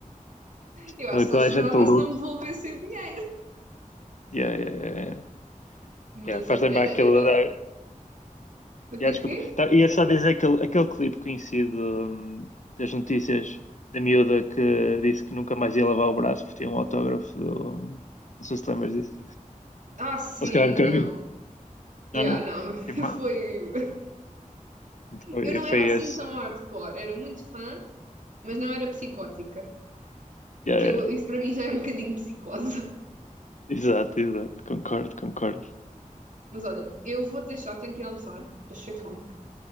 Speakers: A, on the right; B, on the left.
A: Eu acho
B: Toda
A: que só chorava
B: a gente luta
A: se
B: luto.
A: não me devolvessem o dinheiro.
B: Yeah, yeah, yeah. yeah.
A: Mas
B: Yeah, faz
A: olha,
B: lembrar
A: era,
B: aquele.
A: era, o
B: Yeah,
A: quê,
B: desculpa.
A: o quê?
B: Tá, ia só dizer aquele, aquele clipe conhecido hum, das notícias da miúda que disse que nunca mais ia lavar o braço porque tinha um autógrafo do. Não sei se te lembras disso.
A: Ah, sim,
B: Ou se calhar nunca
A: não.
B: vi.
A: Yeah,
B: Não, não.
A: não, <laughs>
B: Tipo, mano,
A: foi...
B: Foi,
A: Eu não
B: foi
A: era assim
B: esse.
A: tão hardcore, era muito fã, mas não era psicótica.
B: Yeah,
A: Que
B: yeah.
A: eu- isso para mim já é um bocadinho psicose. <laughs>
B: Exato, exato. Concordo, concordo.
A: Mas olha, eu vou-te deixar, tenho que ir almoçar, estou cheia de fome.